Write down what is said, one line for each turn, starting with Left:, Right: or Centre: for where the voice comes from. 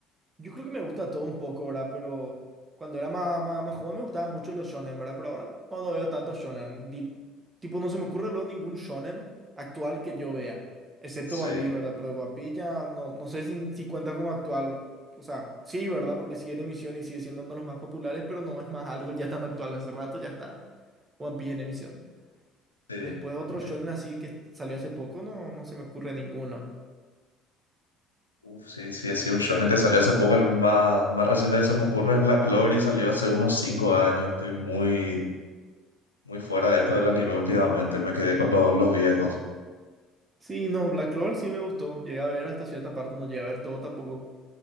Right: Yo creo que me gusta todo un poco, ¿verdad? Pero cuando era más, más, más joven me gustaban mucho los shonen, ¿verdad? Pero ahora no, no veo tanto shonen. Di- tipo, no se me ocurre luego ningún shonen actual que yo vea, excepto
Left: Sí,
Right: One Piece, ¿verdad? Pero One Piece ya no, no sé si, si cuenta como actual. O sea, sí, ¿verdad? Porque sigue en emisión y sigue siendo uno de los más populares, pero no es más algo ya tan actual. Hace rato ya está One Piece en emisión.
Left: sí,
Right: Después otro
Left: entiendo.
Right: shonen así que salió hace poco, no, no se me ocurre ninguno.
Left: Uf, sí, sí, así un shonen que salió hace poco, el más, más reciente que se me ocurre es Black Clover y salió hace unos cinco años. Estoy muy, muy fuera de esto del anime últimamente, me quedé con los, los viejos.
Right: Sí, no, Black Clover sí me gustó. Llegué a ver hasta cierta parte, no llegué a ver todo tampoco.